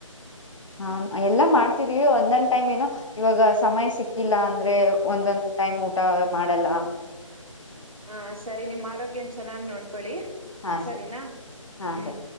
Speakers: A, on the left; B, on the right.
A: ಹ ಎಲ್ಲಾ ಮಾಡ್ತಿದೀವಿ ಒಂದೊಂದ್ ಟೈಮ್ ಏನೋ ಇವಾಗ ಸಮಯ ಸಿಕ್ಕಿಲ್ಲ ಅಂದ್ರೆ ಒಂದೊಂದ್ ಟೈಮ್ ಊಟ ಮಾಡಲ್ಲ
B: ಹ ಸರಿ ನಿಮ್ಮ ಆರೋಗ್ಯನ ಚೆನ್ನಾಗ್ ನೋಡ್ಕೊಳ್ಳಿ
A: ಹಾ
B: ಸರಿನಾ
A: ಸರಿ ಹಾ
B: ಹ್ಮ್
A: ಸರಿ.